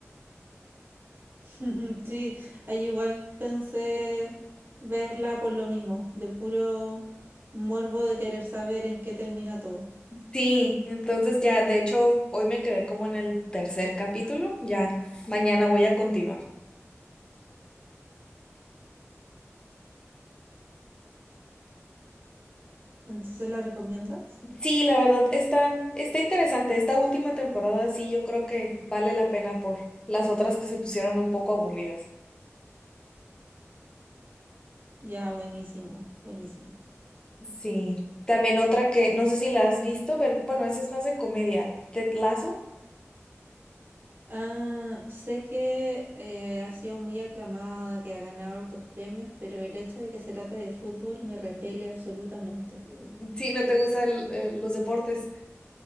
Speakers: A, on the right (about 45°); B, on the left (about 20°).
A: <laughs> Sí, ahí igual pensé verla por lo mismo, de puro morbo de querer saber en qué termina todo.
B: Sí, entonces ya, de hecho, hoy me quedé como en el tercer capítulo, ya mañana voy a continuar.
A: Entonces, ¿la recomiendas?
B: Sí, la verdad, está, está interesante. Esta última temporada sí, yo creo que vale la pena por las otras que se pusieron un poco aburridas.
A: Ya, buenísimo, buenísimo.
B: Sí, también otra que no sé si la has visto, pero- bueno, esa es más de comedia. ¿Ted Lasso?
A: Ah, sé que eh, ha sido muy aclamada, que ha ganado hartos premios, pero el hecho de que se trata de fútbol me repele absolutamente.
B: Mm, Sí, no te gustan los deportes.